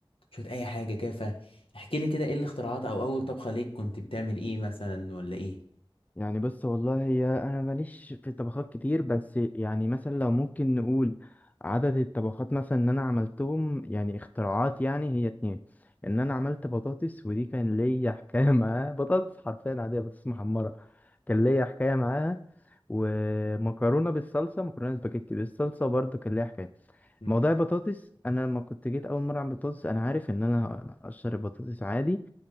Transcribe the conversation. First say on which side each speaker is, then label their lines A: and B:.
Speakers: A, on the left; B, on the left.
A: شوية أي حاجة كده فاحكي لي كده إيه الاختراعات أو أول طبخة ليك كنت بتعمل إيه مثلا ولا إيه؟
B: يعني بص والله هي انا ماليش في الطبخات كتير بس يعني مثلا لو ممكن نقول عدد الطبخات مثلا ان انا عملتهم يعني اختراعات يعني هي اتنين ان انا عملت بطاطس ودي كان ليا حكاية معاها بطاطس حرفيا عادية بطاطس محمرة كان ليا حكاية معاها ومكرونة بالصلصة مكرونة سباجيتي بالصلصة برضو كان ليا حكاية
A: مم.
B: موضوع البطاطس انا لما كنت جيت اول مرة اعمل بطاطس انا عارف ان انا هقشر البطاطس عادي